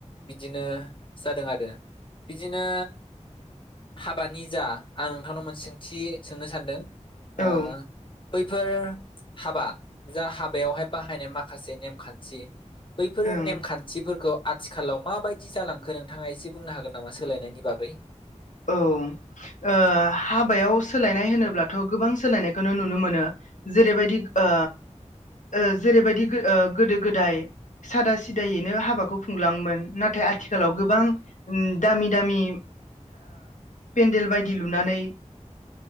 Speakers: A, on the left (about 40°); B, on the left (about 80°).
A: बिदिनो जादों आरो बिदिनो। हाबानि जा आं नोंथांनाव मोनसे सोंथि सोंनो सानदों
B: ओं
A: ओ। बैफोर हाबा जा हाबायावहाय बाहायनाय माखासे नेमखान्थि। बैफोर
B: ओं
A: नेमखान्थिफोरखौ। आथिखालाव माबायदि जालांखो नोंथाङा एसे बुंनो हागोन नामा सोलायनायनि बागै।
B: औ। ओ हाबायाव सोलायनाय होनोब्लाथ' गोबां सोलायनायखौनो नुनो मोनो जेरैबायदि। ओ ओ जेरैबायदि। गोदो गोदाय सादा सिदायैनो हाबाखौ खुंलाङोमोन नाथाय आथि- खालाव गोबां दामि दामि पेन्देल बायदि लुनानै